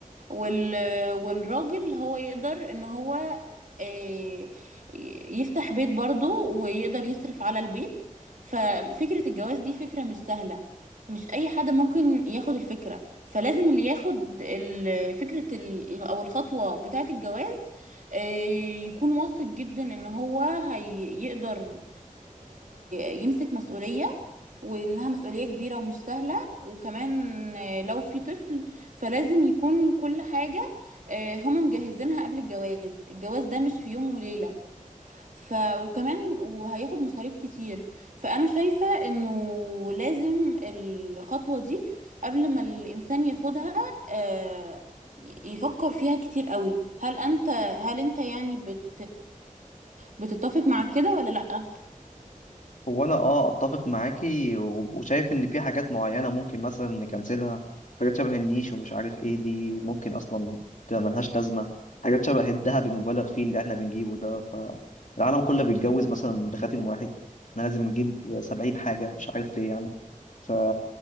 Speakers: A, on the right (about 65°); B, on the left (about 65°).
A: وال... والراجل هو يقدر ان هو آه، يفتح بيت برضه ويقدر يصرف على البيت ففكرة الجواز دي فكرة مش سهلة مش اي حد ممكن ياخد الفكرة فلازم اللي ياخد ال- فكرة ال... او الخطوة بتاعة الجواز آه، يكون واثق جدا ان هو هيقدر يمسك مسؤولية وانها مسؤولية كبيرة ومش سهلة وكمان آه، لو في طفل فلازم يكون كل حاجة آه، هما مجهزينها قبل الجواز الجواز ده مش في يوم وليلة ف وكمان وهياخد مصاريف كتير فأنا شايفة إنه لازم الخطوة دي قبل ما الإنسان ياخدها آه، يفكر فيها كتير قوي هل أنت هل أنت يعني بت بتتفق مع كده ولا لأ
B: هو انا اه اتفق معاكي و- وشايف ان في حاجات معينه ممكن مثلا نكنسلها حاجات شبه النيش ومش عارف ايه دي ممكن اصلا تبقى ملهاش لازمه حاجات شبه الذهب المبالغ فيه اللي احنا بنجيبه ده فالعالم كله بيتجوز مثلا بخاتم واحد احنا لازم نجيب سبعين حاجه مش عارف ليه يعني ف